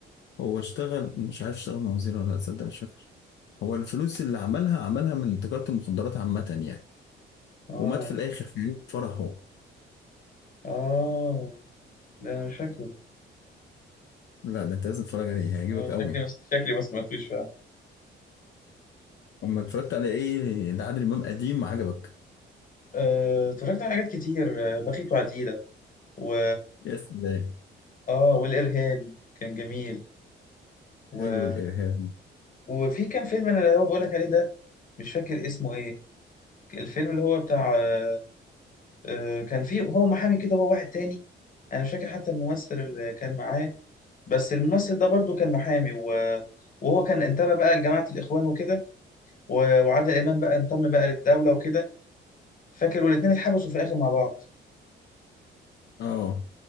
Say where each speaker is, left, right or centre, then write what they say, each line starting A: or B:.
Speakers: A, on the left (about 65°); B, on the left (about 45°).
A: هو اشتغل مش عارف اشتغل مع وزير ولا لا تصدق مش فاكر هو الفلوس اللي عملها عملها من تجارة المخدرات عامة يعني
B: اه
A: ومات في الآخر في يوم فرحه
B: اه لا انا مش فاكره
A: لا ده أنت لازم تتفرج عليه هيعجبك
B: اه شكلي
A: قوي
B: بس شكلي ما سمعتوش فعلا
A: أما اتفرجت على إيه لعادل إمام قديم عجبك
B: آه، اتفرجت على حاجات كتير آه، بخيت وعديلة و
A: يا سلام
B: اه والارهابي كان جميل
A: حلو
B: و...
A: الإرهاب
B: وفي كام فيلم انا اللي هو بقولك عليه ده مش فاكر اسمه ايه الفيلم اللي هو بتاع آه، آه، كان فيه هو محامي كده هو واحد تاني انا مش فاكر حتى الممثل اللي كان معاه بس الممثل ده برضو كان محامي و- وهو كان انتمى بقى لجماعة الإخوان وكده و- وعادل إمام بقى انتمى بقى للدولة وكده فاكر والاتنين اتحبسوا في الآخر مع بعض
A: آه